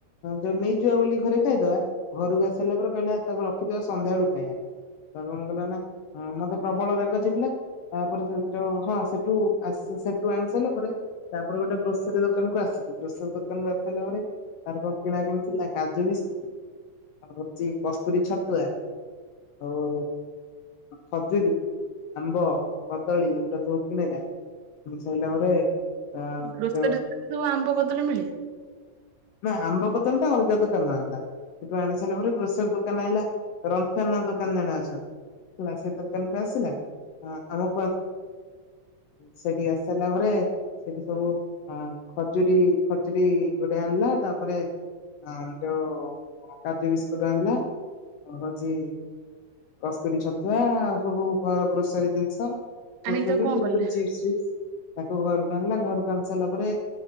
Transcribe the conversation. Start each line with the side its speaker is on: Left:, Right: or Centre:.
Left: ଯୋଉ ନେଇଯିବା ବୋଲି ଘରେ ଖାଇଦବା। ଘରକୁ ଆସି ସାରିଲା ପରେ କହିଲା ତାକୁ ରଖିଥିବା ସନ୍ଧ୍ୟାଳୁ ଖାଇବା ତା କଣ କଲା ନା ମତେ ପ୍ରବଳ ରାଗ ଚିଡିଲା ତାପରେ ଯେମିତି ହଁ ସେଠୁ ଆସି ସେ ଥୁ ଆଣି ସାରିଲା ପରେ ତାପରେ ଗୋଟେ ଗ୍ରୋସରୀ ଦୋକାନ କୁ ଆସିଲୁ ଗ୍ରୋସରୀ ଦୋକାନ କୁ ଆସିଲା ପରେ ଆର କଣ କିଣା କିିଣିଥିଲା କାଜୁ ବିସ୍କୁଟ। ଆଉ ହଉଛି କସ୍ତୁରୀ ଛତୁଆ ଆଉ ଖଜୁରୀ ଆମ୍ବ କଦଳୀ ଏଗୁଡା ସବୁ କିଣିଲା। ସାରିଲା ପରେ ତା
Right: ଗ୍ରୋସରୀ
Left: ଯୋଉ
Right: ସବୁ ଆମ୍ବ କଦଳୀ ମିଳେ?
Left: ନା ଆମ୍ବ କଦଳି ଟା ଅଲଗା ଦୋକାନରୁ ଆଣିଲା। ସେଠୁ ଆଣି ସାରିଲା ପରେ ଗ୍ରୋସରି ଦୋକାନ ଆଣିଲା ରନ୍ଥନା ଦୋକାନ ଜଣେ ଅଛନ୍ତି। ହେଲା ସେ ଦୋକାନ କୁ ଆସିଲା ଆମ ସେଠି ଆସିସାରିଲା ପରେ ସେଠି ସବୁ ଖଜୁରୀ ଖଜୁରୀ ଗୋଟେ ଆଣିଲା ତାପରେ ଯୋଉ କାଜୁ ବିସ୍କୁଟ ଆଣିଲା। ହ ହଉଛି କସ୍ତୁରୀ ଛତୁଆ ଆଉ ସବୁ ଘର ଗ୍ରୋସରୀ ଜିନିଷ। କୁରକୁରି
Right: ଆଣିକି ତାକୁ କଣ
Left: ଫୁରକୁରି
Right: କଲେ?
Left: ଚିପ୍ସ ଫିପ୍ସ ତାକୁ ଘରକୁ ଆଣିଲା ଘରକୁ ଆଣି ସାରିଲା ପରେ